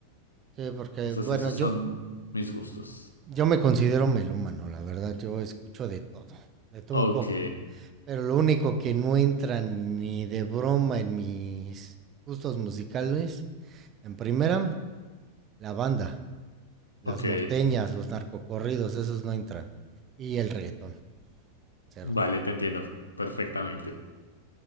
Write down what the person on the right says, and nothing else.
Sí, porque,
bueno,
yo,
yo me considero melómano, la verdad. Yo escucho de todo, de todo
un poco. Pero lo único que no entra ni de broma en mis gustos musicales, en primera, la banda, las
norteñas, los narcocorridos, esos no entran. Y el reggaetón, cero.